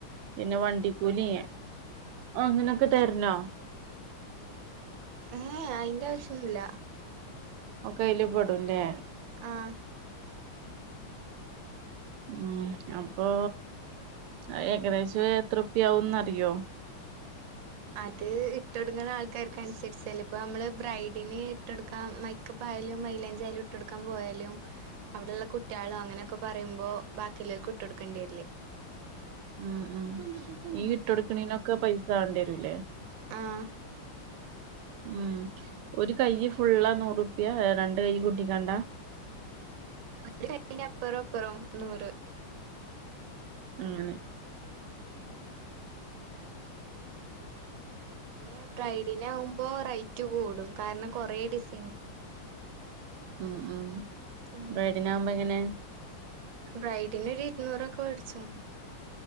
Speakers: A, on the right (about 85°); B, on the right (about 65°).
A: പിന്നെ വണ്ടിക്കൂലി അങ്ങനൊക്കെ തെര്ണോ?
B: ഏഹ് അയിന്റ ആവിശ്യൊന്നുല്ല.
A: ഒക്കെ അയ്ല് പെടുംലെ?
B: ആഹ്
A: ഉം അപ്പൊ ആഹ് ഏകദേശം എത്ര റുപ്യാ ആവുന്ന് അറിയോ?
B: അത് ഇട്ട് കൊട്ക്ക്ണ ആൾക്കാർക്ക് അനുസരിച്ചല്ലെ ഇപ്പ ന്മ്മള് ബ്രൈഡിന് ഇട്ട്കൊട്ക്കാൻ മെക്കപ്പ് പ്പായാലും മൈലാഞ്ചി ആയാലും ഇട്ടൊടുക്കാൻ പോയാലും അവിടെള്ള കുട്ടിയാളും അങ്ങനൊയൊക്കെ പറയുമ്പോ ബാക്കില്ലോൽക്ക് ഇട്ട് കൊട്ക്കെണ്ടിവെര്ലെ?
A: ഉം ഉം ഈ ഇട്ടൊട്ക്കണീനൊക്കെ പൈ സാ വേണ്ടി വെരൂലെ
B: ആഹ്
A: ഉം ഒര് കയ്യ് ഫുള്ളാ നൂറുപ്യാ രണ്ട് കൈ കൂട്ടിക്കാണ്ടാ?
B: രണ്ട് കയ്യിന്റെ അപ്പറോം ഇപ്പറോം നൂറ്.
A: അങ്ങനെ
B: ഉം പിന്നെ ബ്രൈഡിനാവുമ്പോ റേറ്റ് കൂടും കാര്ണം കൊറേ ഡിസ്
A: ഉം ഉം
B: ഉം
A: ബ്രൈഡിനാമ്പോ എങ്ങനെ?
B: ബ്രൈഡിനൊരു ഇര്ന്നൂറൊക്കെ വേട്ച്ചും.